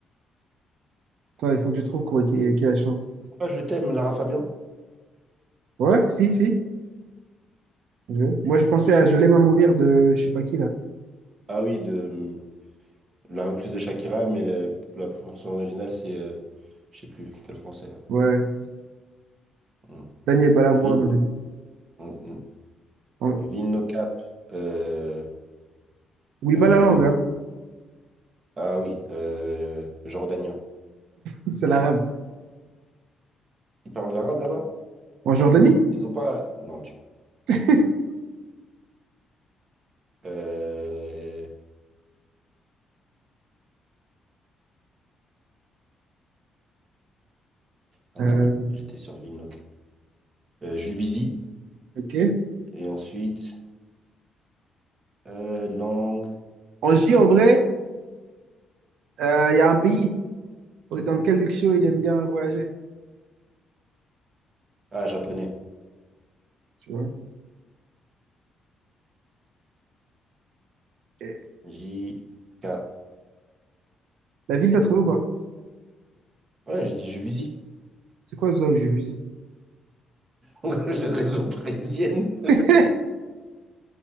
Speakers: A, on the right; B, on the right.
A: Attends, il faut que je trouve quoi, qui, qui la chante.
B: ah, je t'aime, Lara Fabian?
A: Ouais, si, si. Je- Moi, je pensais à Je l'aime à mourir de je sais pas qui, là.
B: Ah oui, de mmh, la reprise de Shakira, mais le- la version originale, c'est, euh, je sais plus, quel français là.
A: Ouais.
B: Hmm.
A: Daniel Balavoine.
B: Vil- hmm, hmm.
A: On-
B: Vilno Cap. euh,
A: Oublie
B: euh,
A: pas la langue, hein.
B: ah oui, euh, jordanien.
A: <laughs> C'est l'arabe.
B: Ils parlent l'arabe là-bas?
A: En Jordanie.
B: Ils ont pas. Non, tu.
A: <laughs>
B: Euh, attends,
A: Euh,
B: j'étais sur Vilno Cap. Euh, Juvisy.
A: ok.
B: Et ensuite, euh, langue.
A: En J, en vrai, euh, il y a un pays dans lequel Luxio, il aime bien voyager.
B: Ah, japonais.
A: Tu vois. Et
B: J. K.
A: la ville, t'as trouvé ou pas?
B: Ouais, j'ai dit Juvisy.
A: C'est quoi ça où j'ai visé?
B: <laughs> J'ai raison parisienne.
A: <laughs>